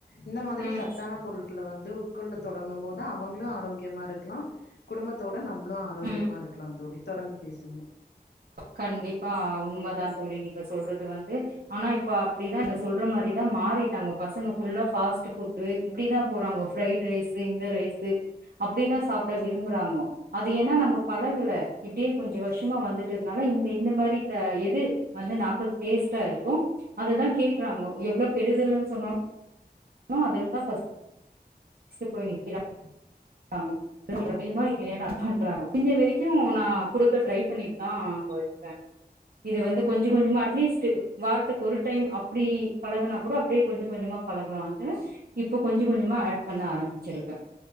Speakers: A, on the left; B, on the right.
A: இந்த மாதிரி
B: ம்
A: சத்தான பொருட்கள வந்து உட்கொள்ள தொடங்கு போது அவங்களு ஆரோக்கியமா இருக்கலா குடும்பத்தோட நம்மளு ஆரோக்கியமா
B: ம்
A: இருக்கலா தோழி தொடர்ந்து பேசுங்க
B: கண்டிப்பா உண்மதா தோழி நீங்க சொல்றது வந்து ஆனா இப்ப அப்டிதா இங்க சொல்ற மாரிதா மாறிட்டாங்க பசங்க புல்லா ஃபாஸ்ட் ஃபுட்டு இப்டிதா போறாங்க ஃப்ரைட் ரைஸு இந்த ரைஸு அப்டிதா சாப்ட விரும்புறாங்க அது ஏன்னா நம்ம பழகல இப்டியே கொஞ்ச வருஷமா வந்துட் டதுனால இந்த இந்த மாரி எது வந்து நாக்குக்கு டேஸ்ட்டா இருக்கு அததா கேக்குறாங்கோ எவ்ளோ கெடுதல்னு சொன்ன அததா ஃப <unintelligible> ஸ்ட்டு போய் நிக்கிறாங்
A: <inaudible>
B: <inaudible> பண்றாரா இங்க வரைக்கு நா குடுக்க ட்ரை பண்ணிட்டு தா அங்க வந்து வப்பே இது வந்து கொஞ்ச கொஞ்சமா அட்லீஸ்ட் வார்த்தக்கு ஒரு டைம் அப்டி பழகுனா கூட அப்டியே கொஞ்சோ கொஞ்சமா பழகலான்ட்டு இப்ப கொஞ்ச கொஞ்சமா ஆட் பண்ண ஆரம்பிச்சிருக்கே